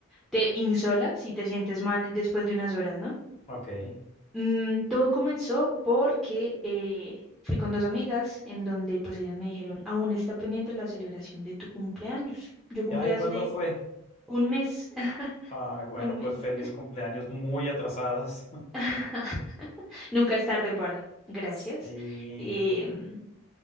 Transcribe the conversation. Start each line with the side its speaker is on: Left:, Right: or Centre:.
Centre: te insola si te sientes mal después de unas horas, ¿no?
Left: ok.
Centre: Mm, todo comenzó porque eh, fui con dos amigas en donde pues ellas me dijeron, aún está pendiente la celebración de tu cumpleaños. Yo cumplí
Left: Y ay,
Centre: hace
Left: ¿cuándo fue?
Centre: un mes, <laughs>
Left: Ay, bueno,
Centre: un mes.
Left: pues feliz cumpleaños, muy atrasadas. <laughs>
Centre: <laughs> Nunca es tarde para, gracias.
Left: Sí.
Centre: Em,